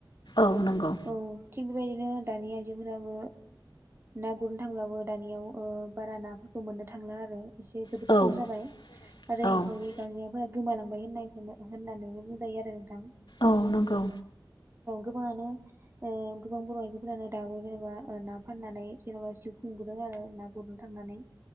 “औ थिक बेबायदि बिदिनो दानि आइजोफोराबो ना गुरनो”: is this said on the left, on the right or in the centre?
Right